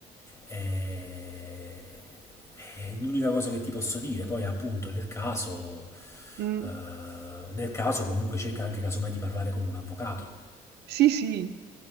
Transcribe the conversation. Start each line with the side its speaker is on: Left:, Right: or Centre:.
Left: E- è l'unica cosa che ti posso dire. Poi, appunto, nel caso,
Right: mm.
Left: eh, nel caso comunque cerca anche casomai di parlare con un avvocato.
Right: Sì, sì.